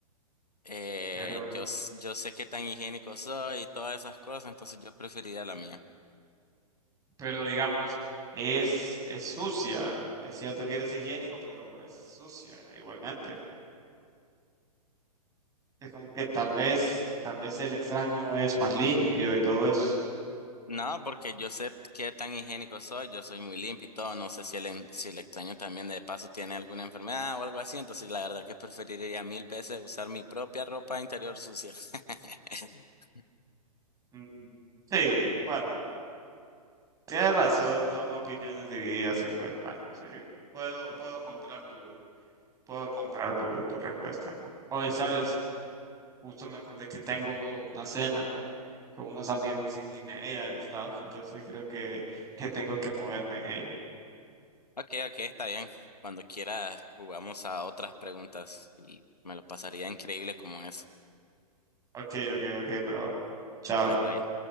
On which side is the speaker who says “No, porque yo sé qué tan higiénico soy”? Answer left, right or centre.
Left